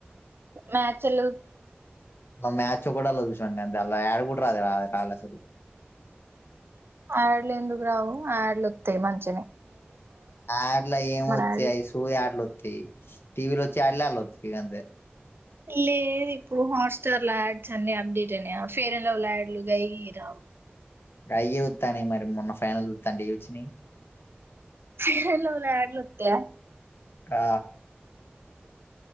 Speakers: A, on the right; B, on the left.
A: మ్యాచ్లు
B: మ్యాచ్ కూడాల అంత ఎలా ఆడుకుట్ర అది కళ సరి
A: యాడ్లు ఎందుకు రావు ఆయాడ్లు వస్తాయి మంచిన
B: ఆడ్ల ఏమొత్తయో
A: యాడ్లు
B: అవి సోది యాడ్లు వస్తాయి టీవీలో చల్లాలోచ్చ కంతే
A: లేదు ఇప్పుడు హాట్స్టార్ ల్యాడ్స్ అన్ని అప్డేట్ అయినాయా ఫేర్ అండ్ లవ్ ల్యాడ్లు గై హరావు
B: అయ్య ఉతా మరి మొన్న ఫైనల్ ఉత్తా న
A: ఫేర్ అండ్ లవ్లీ యాడ్లు వత్తాయా
B: ఆ